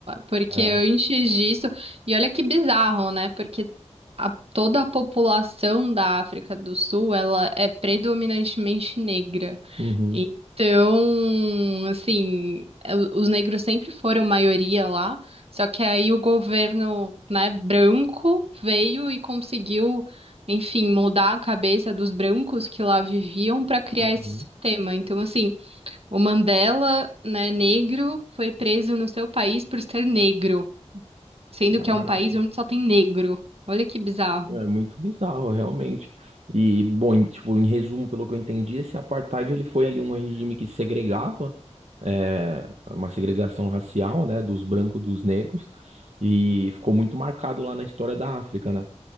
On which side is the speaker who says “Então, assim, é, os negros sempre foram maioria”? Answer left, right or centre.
Right